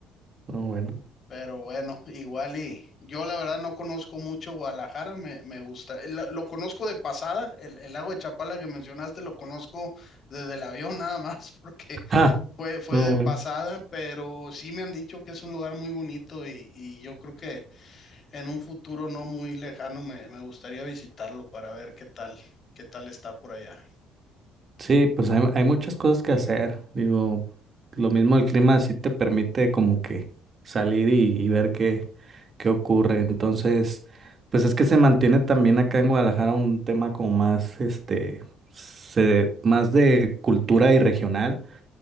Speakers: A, on the right; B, on the left.
A: no bueno.
B: Pero bueno, igual y yo la verdad no conozco mucho Guadalajara, me, me gusta. eh, La- Lo, conozco de pasada, el, el lago de Chapala que mencionaste lo conozco desde el avión nada más, <laughs> porque
A: Ah,
B: fue, fue
A: no
B: de pasada,
A: bueno.
B: pero sí me han dicho que es un lugar muy bonito y, y yo creo que en un futuro no muy lejano me, me gustaría visitarlo para ver qué tal, qué tal está por allá.
A: Sí, pues hay, hay muchas cosas que hacer. Digo, lo mismo el clima sí te permite como que salir y, y ver qué, qué ocurre. Entonces, pues es que se mantiene también acá en Guadalajara un tema como más, este, se- más de cultura y regional